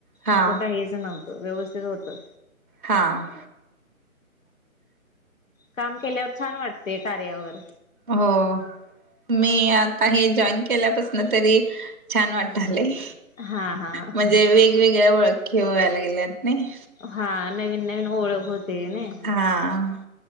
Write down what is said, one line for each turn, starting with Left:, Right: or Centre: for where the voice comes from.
Right: हा
Left: असं काहीच असं नव्हतं व्यवस्थित होतं.
Right: हां.
Left: काम केल्यावर छान वाटते कार्यावर.
Right: हो. मी आता हे जॉईन केल्यापासन तरी छान वाटालय.
Left: हा हा
Right: म्हणजे
Left: हा.
Right: वेगवेगळ्या ओळखी व्हाय लागल्यात नाही.
Left: हा नवीन नवीन ओळख होते नाय.
Right: हा.